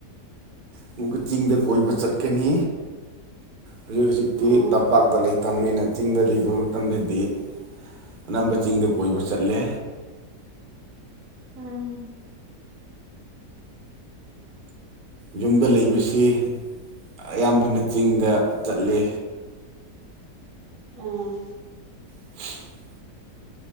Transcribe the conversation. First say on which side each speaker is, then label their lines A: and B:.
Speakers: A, on the right (about 85°); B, on the right (about 65°).
A: ꯑꯃꯨꯛꯀ ꯆꯤꯡꯗ ꯀꯣꯏꯕ ꯆꯠꯀꯅꯤ ꯍꯧꯖꯤꯛ ꯍꯧꯖꯤꯛꯇꯤ
B: ꯑꯣ
A: ꯇꯝꯄꯥꯛꯇ ꯂꯩꯇꯕꯅꯤꯅ ꯆꯤꯡꯗ ꯂꯩꯕ ꯃꯇꯝꯗꯗꯤ ꯑꯅꯝꯕ ꯆꯤꯡꯗ ꯀꯣꯏꯕ ꯆꯠꯂꯦ
B: ꯎꯝ
A: ꯌꯨꯝꯗ ꯂꯩꯕꯁꯤ ꯑꯌꯥꯝꯕꯅ ꯆꯤꯡꯗ ꯆꯠꯂꯤ
B: ꯑꯥ
A: <inaudible>